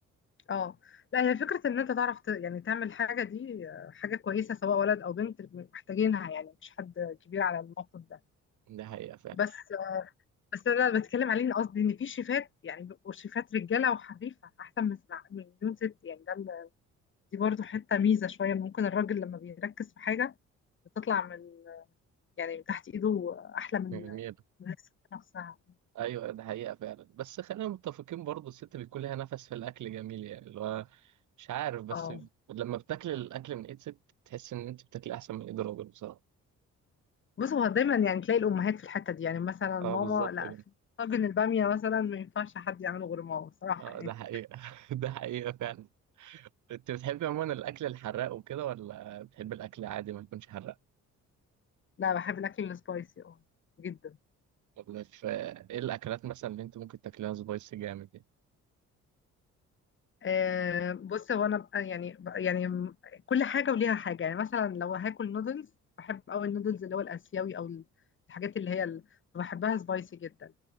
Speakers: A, on the left; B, on the right.
A: اه لا هي فكره ان انت تعرف ت... يعني تعمل حاجه دي آه، حاجه كويسه سواء ولد او بنت محتاجينها يعني مش حد كبير على الموقف ده
B: ده حقيقة فعلا
A: بس بس انا اللي بتكلم عليه إن قصدي ان في شيفات يعني بيبقوا شيفات رجاله وحريفه احسن من من مليون ست يعني ده ال- دي برضو حته ميزه شويه ممكن الراجل لما بيركز في حاجه بتطلع من يعني من تحت ايده احلى من
B: جميل
A: من الست نفسها
B: ايوه ده حقيقة فعلا بس خلينا متفقين برضو الست بيكون لها نفس في الاكل جميل يعني اللي هو مش عارف بس
A: اه
B: لما بتاكل الاكل من ايد ست تحس ان انت بتاكلي احسن من ايد راجل بصراحة
A: بص هو دايما يعني تلاقي الامهات في الحته دي يعني مثلا ماما
B: اه بالظبط
A: لا
B: كده
A: في طاجن الباميه مثلا ما ينفعش حد يعمله غير ماما بصراحه
B: اه
A: يعني
B: ده حقيقة <laughs> ده حقيقة فعلا انت بتحبي عموما الاكل الحراق وكده ولا بتحبي الاكل عادي ما يكونش حراق
A: لا بحب الاكل السبايسي اه جدا
B: ولا في ايه الاكلات مثلا اللي انت ممكن تاكليها سبايسي جامد يعني
A: آه بص هو انا بقى- يعني بقى- يعني م- كل حاجه وليها حاجه يعني مثلا لو هاكل نودلز بحب قوي النودلز اللي هو الاسيوي او الحاجات اللي هي اللي بحبها سبايسي جدا